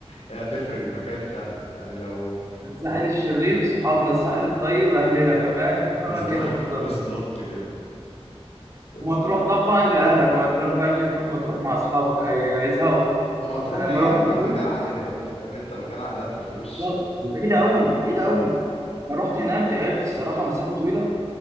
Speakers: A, on the left (about 85°); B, on the right (about 30°).
A: هي هتفرق المكان فعلا يعني لو
B: الساحل الشرير صحابنا الساحل الطيب اهلنا فاهم <laughs> اللي
A: بالظبط
B: هو كده بالظبط
A: <laughs> بالظبط كده بس
B: ومطروح طبعا لاهلك ما تروح- ما ينفعش تروح مطروح مع اصحابك هي... هيزهقوا
A: اما تروح
B: انا
A: دي
B: لما رحت
A: م-
B: مطروح
A: مكان عائلات فاهم انت مكان عائلات ما فيهوش
B: بالظبط وبعيده قوي بعيده
A: اه
B: قوي لما رحت هناك تعبت الصراحه مسافه طويله